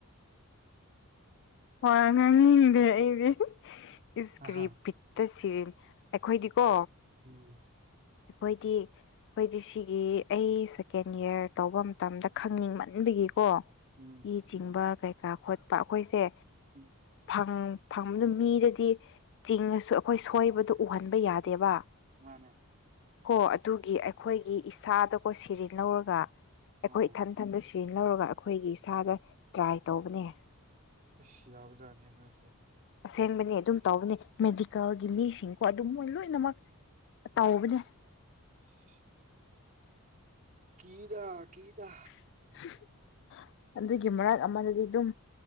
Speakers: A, on the left; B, on the right.
A: ꯋꯥ ꯉꯥꯡꯅꯤꯡꯗꯦ ꯑꯩꯗꯤ ꯏꯁꯀ꯭ꯔꯤꯕꯤꯠ
B: ꯑꯍꯥ
A: ꯇ ꯁꯤꯔꯤꯟꯁ ꯑꯩꯈꯣꯢꯗꯤꯀꯣ
B: ꯎꯝ
A: ꯑꯩꯈꯣꯏꯗꯤ ꯑꯩꯈꯣꯏꯗꯤ ꯁꯤꯒꯤ ꯑꯩ ꯁꯦꯀꯦꯟ ꯌꯤꯔ ꯇꯧꯕ ꯃꯇꯝꯗ ꯈꯪꯅꯤꯡꯃꯟꯕꯒꯤꯀꯣ
B: ꯎꯝ
A: ꯏ ꯆꯤꯡꯕ ꯀꯩꯀꯥ ꯈꯣꯠꯄ ꯑꯩꯈꯣꯏꯖꯦ
B: ꯎꯝ
A: ꯐꯪꯕꯗꯨ ꯃꯤꯗꯗꯤ ꯆꯤꯡꯉꯁꯨ ꯑꯩꯈꯣꯏ ꯁꯣꯏꯕꯗꯣ ꯎꯍꯟꯕ ꯌꯥꯗꯦꯕ
B: ꯃꯥꯅꯦ
A: ꯀꯣ ꯑꯗꯨꯒꯤ ꯑꯩꯈꯣꯏꯒꯤ ꯏꯁꯥꯗꯀꯣ ꯁꯤꯔꯤ ꯂꯧꯔꯒ ꯑꯩꯈꯣꯏ
B: ꯑꯣ
A: ꯏꯊꯟꯊꯟꯇ ꯁꯤꯖꯤ ꯂꯧꯔꯒ ꯑꯩꯈꯣꯏꯒꯤ ꯏꯁꯥꯗ ꯇ꯭ꯔꯥꯏ ꯇꯧꯕꯅꯦ
B: ꯏꯁꯁ ꯌꯥꯕꯖꯥꯠꯅꯦꯍꯦ ꯅꯣꯏꯁꯦ
A: ꯑꯁꯦꯡꯕꯅꯤ ꯑꯗꯨꯝ ꯇꯧꯕꯅꯦ ꯃꯦꯗꯤꯀꯦꯜꯒꯤ ꯃꯤꯁꯤꯡꯀꯣ ꯑꯗꯨꯝ ꯃꯣꯏ ꯂꯣꯏꯅꯃꯛ ꯇꯧꯕꯅꯦ
B: <inaudible> ꯀꯤꯗꯥ ꯀꯤꯗꯥ
A: <unintelligible> ꯑꯗꯨꯒꯤ ꯃꯔꯛ ꯑꯃꯗꯗꯤ ꯗꯨꯝ